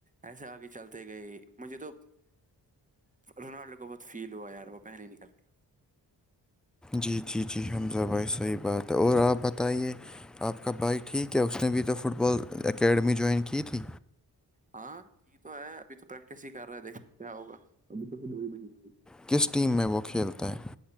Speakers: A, on the right; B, in the centre.
A: ایسے آگے چلتے گئے مجھے تو رونالڈو کو بہت فیل ہوا ہےیار وہ پہل نل کے
B: جی جی جی حمزہ بھائی صحیح بات ہے اور آپ بتائیے آپ کا بھائیک ٹھیک ہے اس نے بھی تو فٹ بال اکیڈمی جوائن کی تھی
A: ہاں یہ تو ہے ابھی تو پریکٹس ہی کر رہے دیکھ کیا ہوگا ابھی تو ڈئیگی
B: کس ٹیم میں وہ کھیلتا ہے